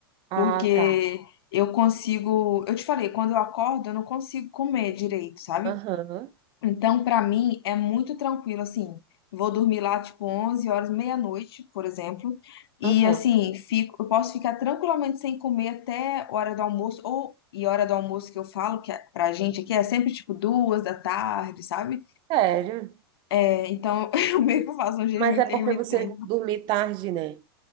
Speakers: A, on the right; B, on the left.
A: ah,
B: Porque
A: tá.
B: eu consigo. Eu te falei, quando eu acordo, eu não consigo comer direito, sabe?
A: Aham,
B: Então, para mim, é muito tranquilo, assim. Vou dormir lá, tipo, 11 horas, meia-noite, por exemplo. E,
A: aham.
B: assim, fico, eu posso ficar tranquilamente sem comer até hora do almoço. Ou, e hora do almoço que eu falo, que é, pra gente aqui é sempre, tipo, duas da tarde, sabe?
A: Sério?
B: É, então, <laughs> eu meio que faço um jejum
A: Mas
B: intermitente.
A: é porque você dormir tarde, né?